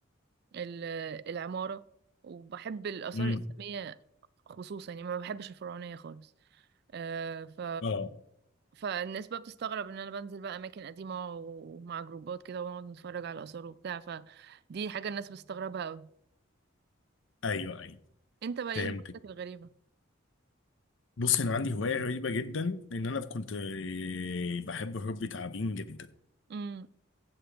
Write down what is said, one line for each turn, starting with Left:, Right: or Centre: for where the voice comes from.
Right: ال- العمارة وبحب الآثار
Left: امم
Right: الإسلامية خصوصا يعني ما بحبش الفرعونية خالص آه، ف
Left: اه
Right: فالناس بقى بتستغرب ان انا بنزل بقى اماكن قديمه ومع جروبات كده ونقعد نتفرج على الاثار وبتاع فدي حاجه الناس بتستغربها قوي
Left: ايوه ايوه
Right: انت بقى ايه
Left: فهمتك
Right: هوايتك الغريبه
Left: بص انا عندي هواية غريبة جدا ان انا كنت إيه، بحب ربي تعابين جدا
Right: امم